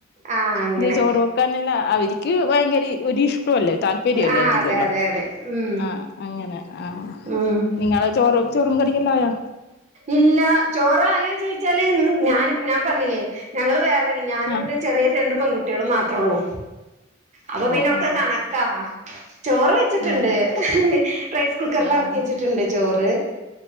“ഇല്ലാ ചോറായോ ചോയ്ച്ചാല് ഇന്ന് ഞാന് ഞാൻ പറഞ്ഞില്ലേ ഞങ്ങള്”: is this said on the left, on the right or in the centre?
Right